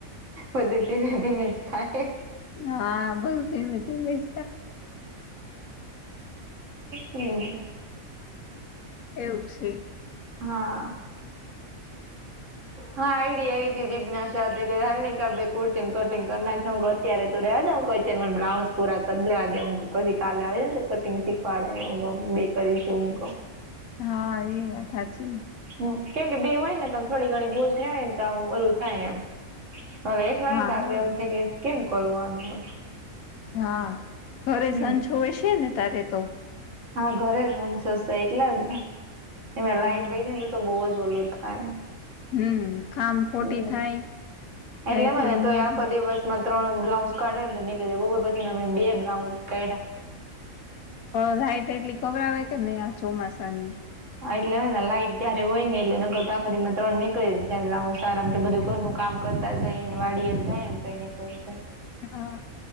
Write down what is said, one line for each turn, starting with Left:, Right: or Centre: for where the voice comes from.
Right: મધથીમેથી મી થાય
Left: હા બધુ ધમેમે જ
Right: હમ
Left: એવું છે
Right: હા
Left: <inaudible>
Right: હા આઈડી એઐતી જિજ્ઞાસા દ હલ્ંગ કબ બેે કોુતાતીન કટિંગ કર નાક હંગ ગો અત્યારે તો રવા અત્યારે મને બ્લાઉઝ પૂરા કરી લેવા દે પછ કાલે આવીને તો કટિંગીખ પાડે હું બે કરીશું હું કમ
Left: હા એ વાત સાચી
Right: હમ કેમ કે બે હોય ને તમ થોડી ઘણી ભૂલ થઈવાય ને તો આમ ઓલું થાય એમ હ એકલા
Left: હા
Right: ને તો આપડે
Left: હા.
Right: એમ થ કે કેમ કરવું આનું
Left: હા ઘરે
Right: હમ
Left: સંં છોવે છે ને તારે તો
Right: હા ઘરે જ હંસો એટલે જ ને એ લાઈટ
Left: હમ.
Right: વહી તો બહુ જ ઓલું થાય
Left: હમ કામ ખોટી
Right: હમ
Left: થાય લાઈટ
Right: એટલે મને
Left: હોય નહી.
Right: તોય આખો દિવસ ત્રણ બ્લાઉઝ કાઢને નીકળ બપોર પછી ના બે બ્લાઉઝ કાઢા
Left: હ લાઈટ એટલી ખબર આવે કે નહી આ ચોમાસાની
Right: હ એટલે લાઈટ ત્યારે હોય ને એટલે નતા આખા માં ત્રણ ની નીકળી જાય એ હું સારમથી બધું ઘરનું કામ કરતા જઈને વાડીને જાય ને તો એ નીકળી જાય
Left: હા